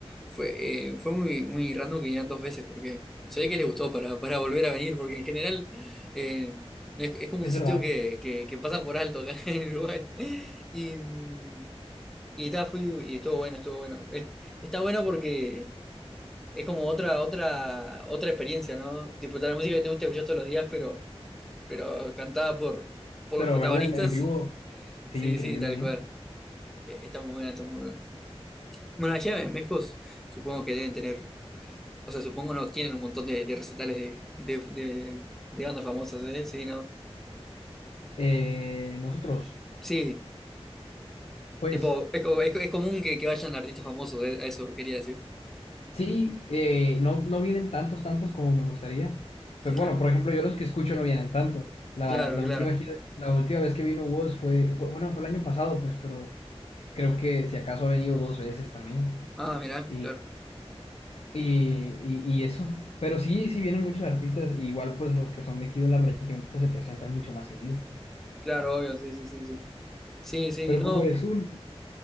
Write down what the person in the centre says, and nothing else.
fue, eh, fue muy, muy random que vinieran dos veces porque se ve que les gustó para, para volver a venir, porque en general. eh, es, es como
un sitio
que, que, que pasan por alto acá <laughs> en Uruguay. Y, mm, y ta, fui y estuvo bueno, estuvo bueno. Es- está bueno porque es como otra, otra, otra experiencia, ¿no? Tipo, la música que te gusta escuchar todos los días, pero, pero cantada por, por
los protagonistas.
<laughs>
Sí,
sí, tal cual.
Eh, Está muy buena, está muy buena. Bueno, allá en México supongo que deben tener, o sea, supongo no, tienen un montón de, de recitales de, de, de, de bandas famosas, ¿eh? Sí, ¿no?
Sí.
Tipo, es, co- es, co- es común que, que vayan artistas famosos, eh, a eso quería decir.
<laughs>
Claro,
claro.
Ah, mirá,
claro.
Claro, obvio, sí, sí, sí, sí. Sí, sí,
no.